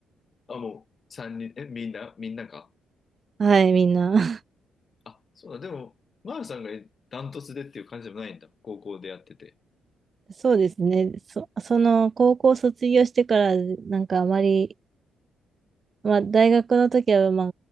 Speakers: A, on the left; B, on the right.
A: あ、もう3人、え、みんな、みんなか。
B: はい、みんな。
A: あ、そうだ、でも、マールさんがダントツでっていう感じでもないんだ。高校でやってて。
B: そうですね。そ、その、高校卒業してから、なんかあまり、まあ、大学の時は、まあ、